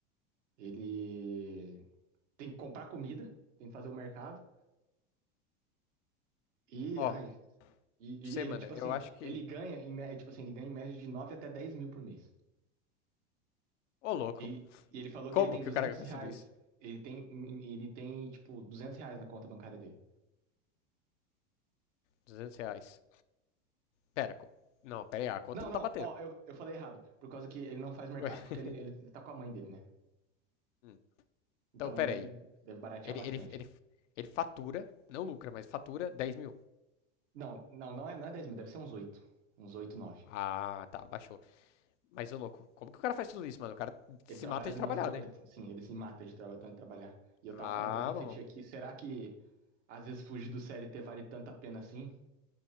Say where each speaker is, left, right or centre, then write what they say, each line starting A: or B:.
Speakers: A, on the right; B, on the left.
A: Ele tem que comprar comida, tem que fazer o mercado. E,
B: Ó,
A: ai, e,
B: você,
A: e ele,
B: mano,
A: tipo
B: eu
A: assim,
B: acho que.
A: ele ganha, em, mé- tipo assim, ele ganha em média de 9 até 10 mil por mês.
B: Ô, louco.
A: E, e ele falou
B: Como
A: que ele tem
B: que
A: 200
B: o cara fez
A: reais.
B: tudo isso?
A: Ele tem, ele tem, tipo, 200 reais na conta bancária dele.
B: 200 reais. Pera, co- não, pera aí, a conta
A: Não,
B: não
A: não,
B: tá batendo.
A: ó, eu, eu falei errado. Por causa que ele não faz mercado
B: Ué.
A: porque
B: <laughs>
A: ele, ele tá com a mãe dele, né?
B: Hum,
A: Então
B: Então, pera
A: deve,
B: aí.
A: deve baratear
B: Ele,
A: bastante.
B: ele, ele, ele fatura, não lucra, mas fatura 10 mil.
A: Não, não, não é, não é 10 mil, deve ser uns 8, Uns 8 9.
B: Ah, tá, baixou. Mas, ô, louco, como que o cara faz tudo isso, mano? O cara
A: Ele
B: se
A: trabalha
B: mata de
A: umas.
B: trabalhar,
A: Do...
B: né?
A: Ele, sim, ele se mata de traba- tanto trabalhar. E eu
B: Ah,
A: tava parando pra refletir
B: bom.
A: aqui, será que às vezes fugir do CLT vale tanta pena assim?